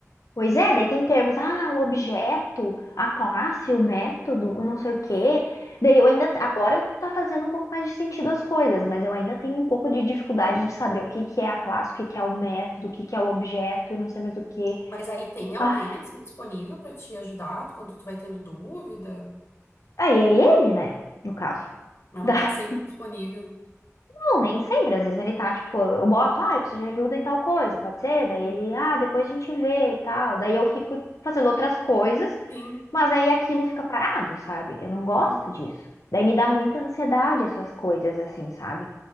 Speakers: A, on the left (about 85°); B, on the left (about 50°).
A: Pois é, daí tem termos, ah, o objeto, a classe, o método, o não sei o quê.
B: Sim.
A: Daí eu ainda, agora eu tá fazendo um pouco mais de sentido as coisas, mas eu ainda tenho um pouco de dificuldade de saber o que que é a classe, o que que é o método, o que que é o objeto e não sei mais o quê.
B: Mas aí tem alguém,
A: Ah,
B: assim, disponível pra te ajudar quando tu vai tendo dúvida,
A: aí é ele, né? No caso. <laughs>
B: mas
A: Da-
B: não tá sempre disponível.
A: Não, nem sempre, às vezes ele tá, tipo, eu boto, ah, eu preciso de ajuda em tal coisa, pode ser? Daí
B: Uhum.
A: ele, ah, depois a gente vê e tal. Daí eu fico fazendo outras coisas
B: Sim,
A: Mas aí aquilo fica parado, sabe? Eu não gosto
B: uhum.
A: disso. Daí me dá muita ansiedade essas coisas, assim, sabe?